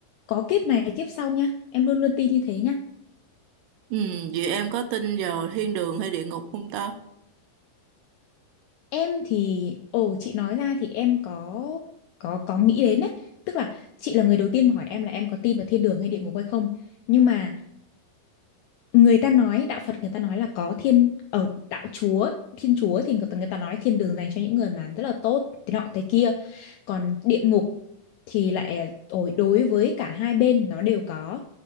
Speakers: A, on the left; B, on the right.
A: có kiếp này kiếp sau nha em luôn luôn tin như thế nha
B: Ừ, vậy em có tin vào thiên đường hay địa ngục không ta?
A: em thì ồ chị nói ra thì em có có có nghĩ đến đấy tức là chị là người đầu tiên mà hỏi em là em có tin vào thiên đường hay địa ngục hay không nhưng mà người ta nói đạo Phật người ta nói là có thiên ở đạo Chúa thiên Chúa thì người ta, người ta nói thiên đường dành cho những người mà rất là tốt thế nọ thế kia còn địa ngục thì lại ôi, đối với cả hai bên nó đều có